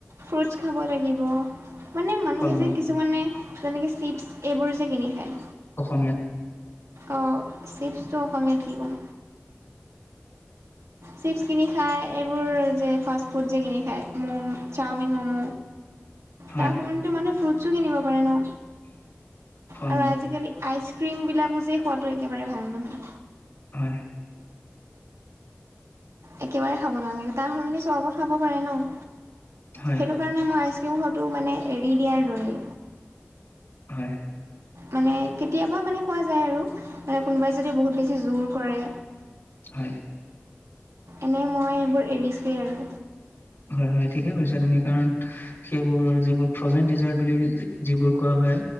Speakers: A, on the right; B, on the left.
A: ফ্ৰুটছ খাব লাগিব। মানে মানুহে
B: ফল-মূল
A: যে কিছুমানে যেনেকে চিপছ এইবোৰ যে কিনি খায়।
B: অসমীয়াত?
A: অ', চিপছটো অসমীয়া কি ক'ম? চিপছ কিনি খায়। এইবোৰ যে, ফাষ্ট ফুড যে কিনি খায়। মম, চাওমিন, ম'ম।
B: হয়,
A: তাৰ সলনিটো মানুহে ফ্ৰুটছো কিনিব পাৰে ন?
B: ফল-মূল
A: আৰু আজিকালি আইচক্ৰীম বিলাকো যে খোৱাটো একেবাৰে ভাল নহয়।
B: হয়।
A: একেবাৰে খাব নালাগে, তাৰ সলনি চৰবত খাব পাৰে ন'?
B: হয়,
A: সেইটো কাৰণে মই আইচক্ৰীম খোৱাটো মানে এৰি দিয়াৰ দৰেই।
B: হয়।
A: মানে, কেতিয়াবা মানে খোৱা যায় আৰু। মানে কোনোবাই যদি বহুত বেছি জোৰ কৰে।
B: হয়,
A: এনেই মই এইবোৰ এৰিছোৱে আৰু।
B: হয়, হয়, ঠিকে কৈছা তুমি কাৰণ সেইবোৰ, যিবোৰ ফ্ৰজেন ডিজাৰ্ট বুলি, যিবোৰ কোৱা হয়।